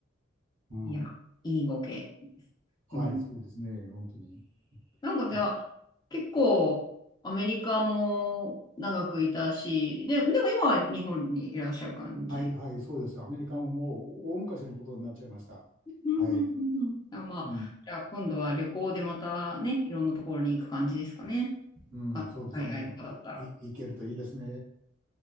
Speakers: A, on the right; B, on the left.
A: うん。
B: いや、いいご経験です。
A: はい。
B: うん。
A: そうですね。本当に。
B: なんかじゃあ、
A: なんか
B: 結構、アメリカも長くいたし、で、でも今は日本にいらっしゃる感じ。
A: はい。はい。そうです。アメリカももう大昔のことになっちゃいました。
B: うんうんうんうんあ、
A: はい。
B: まあ、
A: うん。
B: じゃあ今度は旅行でまたね、いろんなところに行く感じですかね。
A: うん。
B: 他の海外とかだったら。
A: そうですね。い、いけるといいですね。